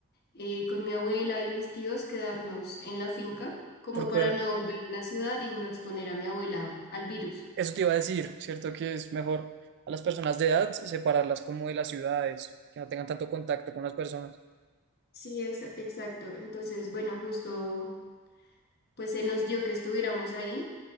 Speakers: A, on the left; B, on the right.
A: eh, con mi abuela y mis tíos quedarnos en la finca como
B: Porque
A: para
B: ahora-
A: no volver a la ciudad y no exponer a mi abuela al virus.
B: eso te iba a decir, ¿cierto? Que es mejor a las personas de edad separarlas como de las ciudades, que no tengan tanto contacto con las personas.
A: Sí, ex- exacto. Entonces, bueno, justo pues se nos dio que estuviéramos ahí